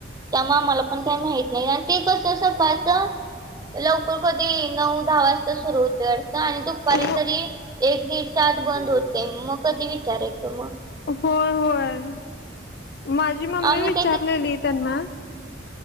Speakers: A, on the right; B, on the left.
A: त्यामुळे आम्हाला पण काही माहत नाही आणि ते कसं असं पाचं लवकर कधी नऊ दहा वाजता सुरू होते अथ आणि दुपारी
B: हो
A: तरी एक दीड सात बंद होते मग कधी विचारायचं मग
B: होय होय माझी मम्मी
A: आम्ही
B: विचारलेली
A: काय
B: त्यांना